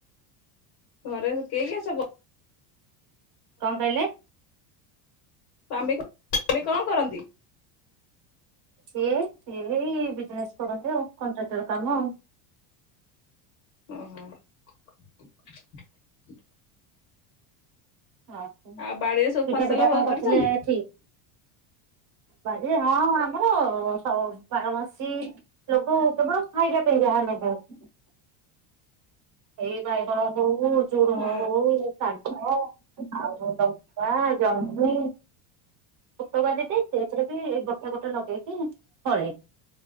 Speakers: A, on the left; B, on the right.
A: ଘରେ କେହି କେ ସବ
B: କଣ କହିଲେ?
A: ସ୍ୱାମୀ କଣ କରନ୍ତି?
B: ସିଏ ସିଏ ବି ବିଜନେସ କରନ୍ତି ଆଉ କଣ୍ଟ୍ରାକ୍ଟର କାମ ଆଉ।
A: ହୁଁ ହୁଁ।
B: ଓହୋ
A: ଆଉ ବାଡିରେ ସବୁ
B: ପିଠା
A: ଫସଲ
B: ପିଠା କଣ
A: କରିଛନ୍ତି?
B: କରିଥିଲେ ଠି। ବାଡ ଏ ହଁ ଆମର ବାରବାସୀ ଲୋକ କେବଳ ଖାଇବା ପାଇଁ ଯାହା ଲଗା ହେଇଚି। ଏଇ ଭାଇ କଣ କୋଉ ଝୁରଙ୍ଗ
A: ହଁ
B: ହଉ ଶାଗ ଆଉ ଲା ଜନ୍ହି। ପୋକ ବା ଯେଟେ ସେଥିରେ ବି ଗଟା ଗୋଟା ଲଗେଇକି ଫଳେ।